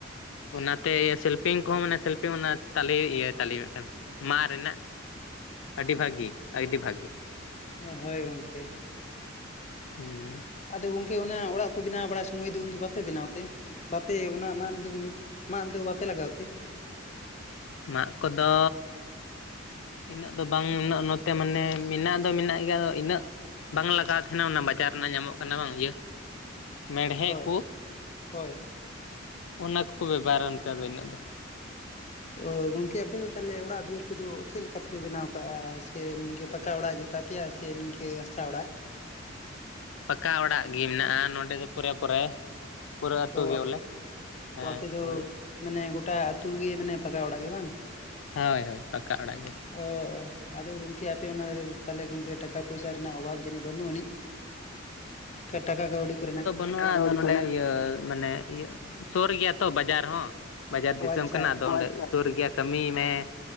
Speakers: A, on the left; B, on the left.
A: ᱚᱱᱟᱛᱮ ᱥᱮᱞᱯᱷᱤᱝ ᱠᱚᱦᱚᱸ ᱢᱟᱱᱮ ᱥᱮᱞᱯᱷᱤᱝ ᱚᱱᱟ ᱛᱟᱞᱮ ᱤᱭᱟᱹ ᱛᱟᱞᱮ ᱢᱮᱜᱽᱴᱟᱝ ᱢᱟᱜᱽ ᱨᱮᱱᱟᱜ ᱟᱹᱰᱤ ᱵᱷᱟᱹᱜᱮ ᱟᱹᱰᱤ ᱵᱷᱟᱹᱜᱮ
B: ᱩ ᱦᱳᱭ ᱜᱚᱝᱠᱮ,
A: ᱦᱩᱸᱻ
B: ᱟᱫᱚ ᱜᱚᱝᱠᱮ ᱚᱱᱟ ᱚᱲᱟᱜ ᱠᱚ ᱵᱮᱱᱟᱣ ᱵᱟᱲᱟᱭ ᱥᱚᱢᱚᱭ ᱫᱚ, ᱩᱱ ᱫᱚ ᱵᱟᱯᱮ ᱵᱮᱱᱟᱣ ᱛᱮ? ᱵᱟᱯᱮ ᱚᱱᱟ ᱢᱟᱫ ᱫᱚ ᱢᱟᱫ ᱫᱚ ᱵᱟᱯᱮ ᱞᱟᱜᱟᱣ ᱛᱮ?
A: ᱢᱟᱜᱽ ᱠᱚᱫᱚ ᱤᱱᱟᱹᱜ ᱫᱚ ᱵᱟᱝ ᱩᱱᱟᱹᱜ ᱱᱚᱛᱮ ᱢᱟᱱᱮ ᱢᱮᱱᱟᱜ ᱫᱚ ᱢᱮᱱᱟᱜ ᱜᱮᱭᱟ ᱟᱫᱚ ᱤᱱᱟᱹᱜ ᱵᱟᱝ ᱞᱟᱜᱟᱣ ᱛᱟᱦᱮᱱᱟ ᱚᱱᱟ ᱵᱟᱡᱟᱨ ᱨᱮᱱᱟᱜ ᱧᱟᱢᱚᱜ ᱠᱟᱱᱟ ᱵᱟᱝ ᱤᱭᱟᱹ ᱢᱮᱲᱦᱮᱜᱽ
B: ᱦᱳᱭ
A: ᱠᱚ
B: ᱦᱳᱭ
A: ᱚᱱᱟ ᱠᱚᱠᱚ ᱵᱮᱵᱚᱦᱟᱨᱟ ᱚᱱᱠᱟ ᱫᱚ ᱤᱱᱟᱹᱜ ᱫᱚ
B: <inaudible> ᱚ ᱜᱚᱝᱠᱮ ᱟᱯᱮ ᱫᱚ ᱛᱟᱦᱚᱞᱮ ᱚᱲᱟᱜ ᱫᱩᱣᱟᱹᱨ ᱠᱚᱫᱚ ᱪᱮᱫ ᱞᱮᱠᱟ ᱞᱮᱠᱟ ᱛᱮᱯᱮ ᱵᱮᱱᱟᱣ ᱠᱟᱜᱼᱟ ᱥᱮ ᱱᱤᱝᱠᱟᱹ ᱯᱟᱠᱟ ᱚᱲᱟᱜ ᱜᱮ ᱛᱟᱯᱮᱭᱟ ᱥᱮ ᱱᱤᱝᱠᱟᱹ ᱜᱟᱥᱟ ᱚᱲᱟᱜ
A: ᱯᱟᱠᱟ ᱚᱲᱟᱜ ᱜᱮ ᱢᱮᱱᱟᱜᱼᱟ ᱱᱚᱰᱮ ᱫᱚ ᱯᱚᱨᱮ ᱯᱚᱨᱮ ᱯᱩᱨᱟᱹ ᱟᱹᱛᱩ
B: ᱚ
A: ᱜᱮ ᱵᱚᱞᱮ ᱦᱮᱸ
B: ᱟᱯᱮ ᱫᱚ
A: ᱦᱳᱭ,
B: ᱢᱟᱱᱮ ᱜᱚᱴᱟ ᱟ ᱟᱹᱛᱩ ᱜᱮ ᱢᱟᱱᱮ ᱯᱟᱠᱟ ᱚᱲᱟᱜ ᱜᱮ ᱵᱟᱝ
A: ᱦᱳᱭ ᱦᱳᱭ ᱯᱟᱠᱟ ᱚᱲᱟᱜ ᱜᱮ᱾
B: ᱚ ᱟᱫᱚ ᱜᱚᱝᱠᱮ ᱟᱯᱮ ᱚᱱᱟ ᱤᱨᱟᱹ ᱛᱟᱦᱚᱞᱮ ᱜᱚᱝᱠᱮ ᱴᱟᱠᱟ, ᱯᱚᱭᱥᱟ ᱨᱮᱱᱟᱜ ᱚᱵᱷᱟᱵᱽ ᱡᱟᱹᱱᱤᱡ ᱵᱟᱹᱱᱩᱜ ᱟᱹᱱᱤᱡ ᱚᱱᱠᱟ ᱴᱟᱠᱟ ᱠᱟᱹᱣᱰᱤ ᱠᱚᱨᱮᱱᱟᱜ
A: ᱱᱚᱣᱟ ᱱᱚᱰᱮ ᱤᱭᱟᱹ ᱢᱟᱱᱮ ᱤᱭᱟᱹ ᱥᱩᱨ ᱜᱮᱭᱟ ᱛᱚ ᱵᱟᱡᱟᱨ ᱦᱚᱸ ᱵᱟᱡᱟᱨ ᱫᱤᱥᱚᱢ
B: ᱚ ᱟᱪᱪᱷᱟ
A: ᱠᱟᱱᱟ ᱟᱫᱚ ᱦᱚᱭ ᱚᱸᱰᱮ ᱥᱩᱨ ᱜᱮᱭᱟ ᱠᱟᱹᱢᱤ ᱢᱮ